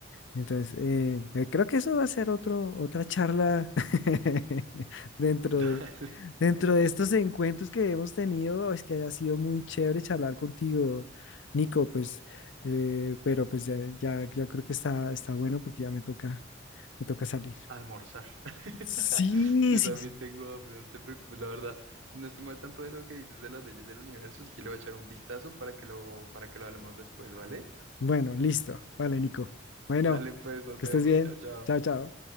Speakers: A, on the left; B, on the right.
A: Entonces, eh, eh, creo que eso va a ser otro, otra charla <laughs> dentro
B: <laughs> Dale.
A: de, dentro de estos encuentros que hemos tenido. Es que ha sido muy chévere charlar contigo, Nico, pues, eh, pero pues ya, ya, ya creo que está, está bueno porque ya me toca, me toca salir.
B: Almorzar. <laughs>
A: Sí,
B: Yo
A: sí,
B: también
A: sí.
B: tengo hambre, no te preocupes, la verdad. No estoy mal tanto de lo que dices de las leyes del universo, así que le voy a echar un vistazo para que lo, para que lo hablemos después, ¿vale?
A: Bueno, listo. Vale, Nico.
B: <laughs>
A: Bueno,
B: Dale pues, nos
A: que
B: vemos.
A: estés bien.
B: Chao, chao.
A: Chao, chao.